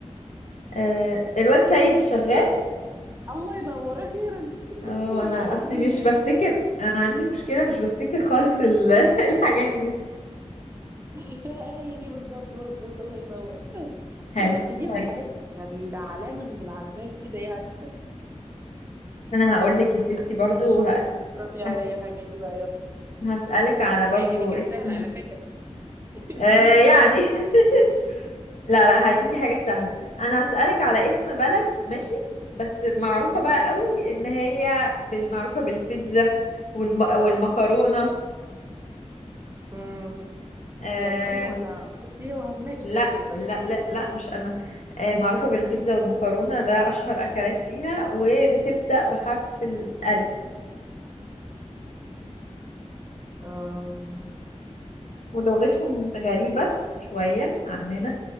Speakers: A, on the left; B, on the right.
A: آه الواد سيد الشغال
B: الله ينور اخيرا <laughs>
A: اه
B: ازاي
A: انا
B: راحت
A: اصلي
B: من
A: مش
B: بالك
A: بفتكر
B: دي
A: انا عندي مشكلة مش بفتكر خالص ال... <laughs> الحاجات دي
B: <laughs> لا، هي دي بالظبط مظبوط الله ينور
A: حلو
B: لا بس دي
A: طيب
B: من الحاجات يعني ده علامه من العلامات كده يعني
A: انا هقول لك يا ستي برضو
B: ماشي
A: ه...
B: روحي على
A: هس...
B: اي حاجه انت بقى يلا
A: هسألك على برضو
B: يعني دي كانت
A: اسم
B: سهله على فكره <laughs> تجيبي
A: آه
B: لي
A: يعني
B: حاجه صعبه
A: <laughs> لا لا هديكي حاجة سهلة انا هسألك على اسم بلد ماشي بس معروفة بقى قوي ان هي بالمعروفة بالبيتزا والم... والمكرونة
B: مم.
A: آه...
B: دي ألمانيا ولا ما- بصي هو ماشي
A: لا
B: كملي طيب
A: لا لا لا مش ألم... آه معروفة بالبيتزا والمكرونة ده اشهر اكلات فيها وبتبدأ بحرف الالف
B: آم،
A: ولغتهم غريبة شوية عننا